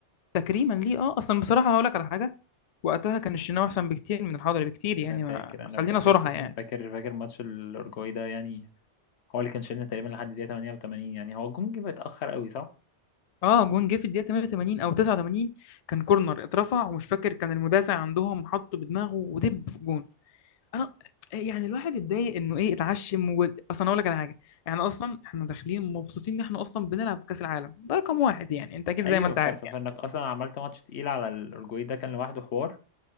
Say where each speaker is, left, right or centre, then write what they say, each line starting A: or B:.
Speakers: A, on the left; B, on the left.
A: تكريما ليه اه اصلا بصراحه هقول لك على حاجه وقتها كان الشناوي احسن بكتير من الحضري بكتير يعني
B: أنا فاكر
A: ما
B: أنا
A: خلينا
B: فاكر
A: صراحه يعني
B: فاكر فاكر ماتش الأورجواي ده يعني هو اللي كان شايلنا تقريبا لحد دقيقة 88 يعني هو الجون جه متأخر قوي صح؟
A: اه جون جه في الدقيقه 88 او 89 كان كورنر اترفع ومش فاكر كان المدافع عندهم حطه بدماغه ودب في جون انا يعني الواحد اتضايق انه ايه اتعشم و... اصلا اقول لك على حاجه يعني اصلا احنا داخلين مبسوطين ان احنا اصلا بنلعب في كاس العالم ده رقم واحد يعني انت اكيد زي
B: ايوه
A: ما انت
B: ف-
A: عارف
B: ف-
A: يعني
B: فانك اصلا عملت ماتش تقيل على الاورجواي ده كان لوحده حوار